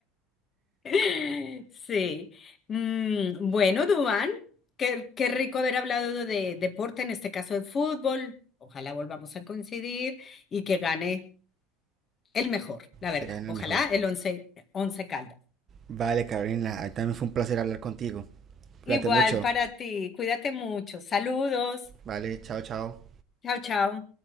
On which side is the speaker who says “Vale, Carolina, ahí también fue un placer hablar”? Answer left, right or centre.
Right